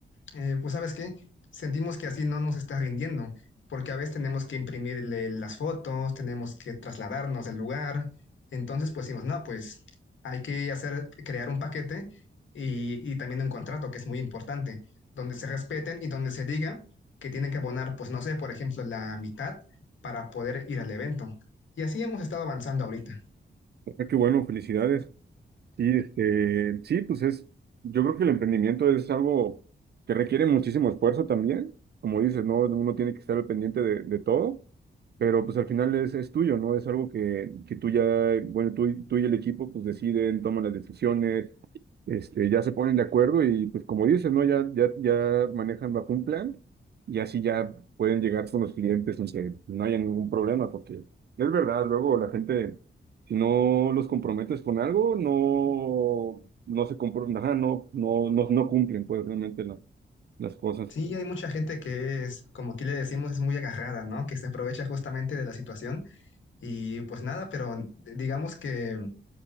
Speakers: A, on the left (about 80°); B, on the right (about 55°).
A: eh, pues sabes qué, sentimos que así no nos está rindiendo, porque a veces tenemos que imprimirle las fotos, tenemos que trasladarnos del lugar, entonces pues decimos, no, pues hay que hacer, crear un paquete y, y también un contrato, que es muy importante, donde se respeten y donde se diga que tienen que abonar, pues no sé, por ejemplo, la mitad para poder ir al evento. Y así hemos estado avanzando ahorita.
B: Ah, Qué bueno, felicidades. Sí, este, sí, pues es, yo creo que el emprendimiento es algo que requiere muchísimo esfuerzo también, como dices, ¿no? Uno tiene que estar al pendiente de, de todo, pero pues al final es, es tuyo, ¿no? Es algo que, que tú ya, bueno, tú, y- tú y el equipo pues deciden, toman las decisiones, este, ya se ponen de acuerdo y pues como dices, ¿no? Ya, ya, ya manejan bajo un plan y así ya pueden llegar con los clientes sin que no haya ningún problema, porque es verdad, luego la gente si no los comprometes con algo, no, no se compro- ajá, no, no, no, no cumplen pues realmente la- las cosas.
A: Sí, hay mucha gente que es, como aquí le decimos, es muy agarrada, ¿no? Que se aprovecha justamente de la situación Y pues nada, pero digamos que